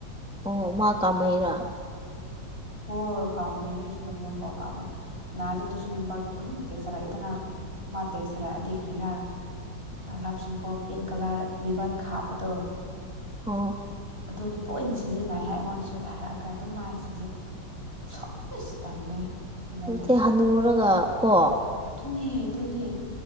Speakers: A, in the centre; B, on the right.
A: ꯑꯣ ꯃꯥ ꯀꯥꯃꯩꯔꯥ
B: ꯑꯣ ꯀꯥꯃꯩꯅꯦ ꯁꯣꯂꯨꯃꯣꯟ ꯄꯥꯎ ꯀꯥꯃꯩ ꯉꯥꯏꯂꯨꯗꯨꯁꯨ ꯅꯝꯕꯔ ꯇꯨ ꯑꯗꯨꯝ ꯇꯦꯛꯁ ꯆꯔꯛꯑꯦꯗꯅ ꯃꯥ ꯇꯦꯛꯁ ꯆꯔꯛꯑꯗꯤ ꯀ꯭ꯔꯤꯔꯥ ꯑ ꯂꯥꯞ ꯁꯤꯝꯕꯣꯜ ꯄꯤꯡ ꯀꯂꯔ ꯔꯤꯕꯟꯀ ꯍꯥꯞꯄꯗꯣ
A: ꯑꯣ
B: ꯑꯗꯨꯝ ꯇꯣꯏꯅ ꯁꯤꯖꯤꯟꯅꯩ ꯍꯥꯏ ꯑꯩꯉꯣꯟꯗꯁꯨ ꯊꯥꯔꯛꯑꯒ ꯑꯗꯨꯝ ꯃꯥꯏ ꯁꯤꯖꯤꯟ ꯁꯥꯏꯁ ꯇꯜꯂꯦ ꯍꯩꯅꯗꯦ
A: ꯅꯠꯇꯦ ꯍꯅꯨꯔꯒ ꯀꯣ
B: ꯑꯗꯨꯅꯦ ꯑꯗꯨꯅꯦ